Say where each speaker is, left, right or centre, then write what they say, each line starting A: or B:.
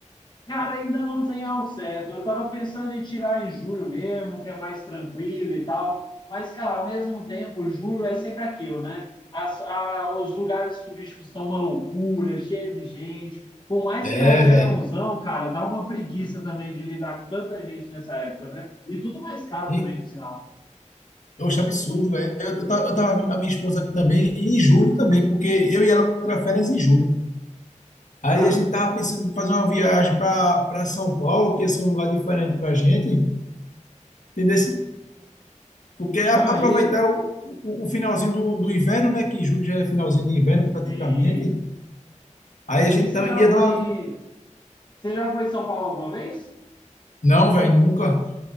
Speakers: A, on the left (about 35°); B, on the left (about 75°).
A: Cara, ainda não tem ao certo. Eu tava pensando em tirar em julho mesmo, que é mais tranquilo e tal. Mas, cara, ao mesmo tempo, julho é sempre aquilo, né? As- a- os lugares turísticos estão uma loucura, cheio de gente. Por mais
B: É,
A: que é o verãozão,
B: velho.
A: cara, dá uma preguiça também de lidar com tanta gente nessa época, né? E tudo mais caro
B: E,
A: também, por sinal.
B: oxe, absurdo, velho. Eu, eu tava eu tava vendo com a minha esposa aqui também, e em julho também, porque eu e ela tirar férias em julho. Aí
A: Ah,
B: a gente tava pensando em fazer uma viagem para para São Paulo, que ia ser um lugar diferente pra gente, entendeu? Porque a-
A: ah,
B: aproveitar
A: e,
B: o, o, o finalzinho do, do inverno, né? Que julho já é finalzinho de inverno praticamente.
A: e,
B: Aí a gente
A: e você
B: tá-
A: já
B: ia
A: foi,
B: dar uma.
A: você já foi em São Paulo alguma vez?
B: Não, velho, nunca.